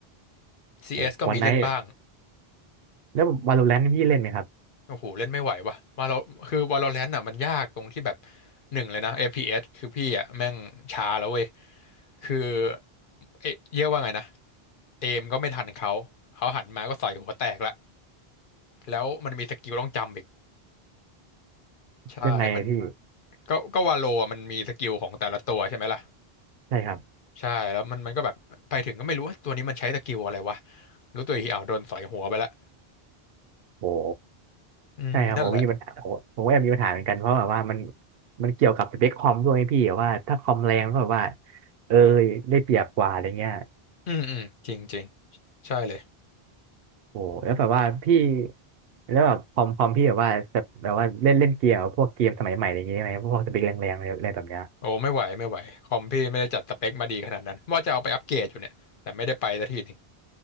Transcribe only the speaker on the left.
ซีเอสก็มีเล่นบ้าง
โอ้โหเล่นไม่ไหวว่ะมาเราคือ Valorant อ่ะมันยากตรงที่แบบหนึ่งเลยนะเ p s คือพี่อ่ะแม่งช้าแล้วเว้ยคือเอ๊ะเรียกว่าไงนะเอมก็ไม่ทันเขาเขาหันมาก็ใส่หัวแตกละแล้วมันมีสกิลต้องจำอีกใช่มัน
ก็ก็วาโลอะมันมีสกิลของแต่ละตัวใช่ไหมล่ะ
ใช่แล้วมันมันก็แบบไปถึงก็ไม่รู้ว่าตัวนี้มันใช้สกิลอะไรวะรู้ตัวอีกทีอ้าวโดนใส่หัวไปละ
อืมนั่นแหละ
อืมอืมจริงจริงใช่เลย
โอ้ไม่ไหวไม่ไหวคอมพี่ไม่ได้จัดสเปคมาดีขนาดนั้นว่าจะเอาไปอัปเกรดอยู่เนี่ยแต่ไม่ได้ไปสักทีหนึง